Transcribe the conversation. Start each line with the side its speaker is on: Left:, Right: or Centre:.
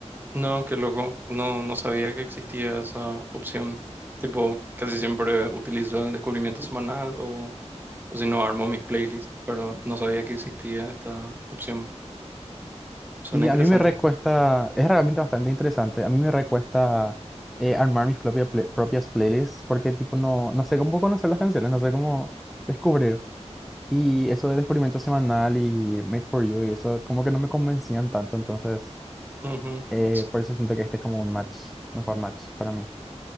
Right: No, qué loco. No, no sabía que existía esa opción. Tipo, casi siempre utilizo el descubrimiento semanal o, o si no, armo mis playlists, pero no sabía que existía esta opción. Suena
Centre: Sí,
Right: interesante.
Centre: a mí me recuesta, es realmente bastante interesante. A mí me recuesta eh, armar mis propia play- propias playlists porque tipo no, no sé cómo conocer las canciones, no sé cómo descubrir. Y eso del experimento semanal y Made for You y eso como que no me convencían tanto, entonces
Right: Ujú.
Centre: eh,
Right: S-
Centre: por eso siento que este es como un match, mejor match para mí.